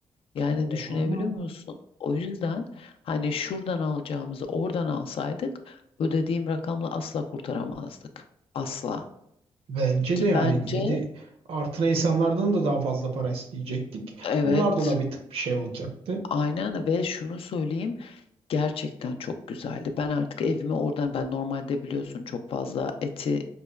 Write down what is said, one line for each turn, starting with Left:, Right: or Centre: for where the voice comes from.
Left: yani
Right: Oha.
Left: düşünebiliyor musun? O yüzden hani şuradan alacağımızı oradan alsaydık ödediğim rakamla asla kurtaramazdık. Asla.
Right: Bence
Left: Ki
Right: de yani
Left: bence
Right: bir de artına insanlardan da daha fazla para isteyecektik.
Left: evet
Right: Onlar da ona bir tık bir şey olacaktı.
Left: aynen ve şunu söyleyeyim. Gerçekten çok güzeldi. Ben artık evime oradan ben normalde biliyorsun çok fazla eti